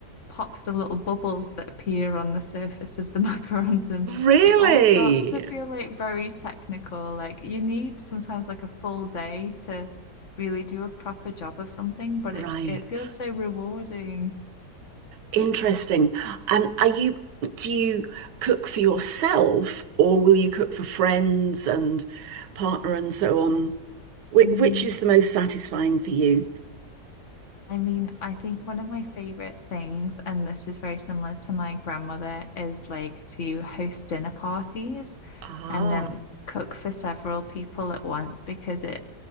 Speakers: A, on the left; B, on the right.
A: pop the little bubbles that appear on the surface of the <laughs> macarons and
B: really?
A: it all starts to feel like very technical. Like you need sometimes like a full day to really do a proper job of something, but
B: Right.
A: it, it feels so rewarding.
B: Interesting. And are you, do you cook for yourself or will you cook for friends and partner and so on? Which,
A: Mm.
B: which is the most satisfying for you?
A: I mean, I think one of my favorite things, and this is very similar to my grandmother, is like to host dinner parties.
B: Ah,
A: and um, cook for several people at once because it,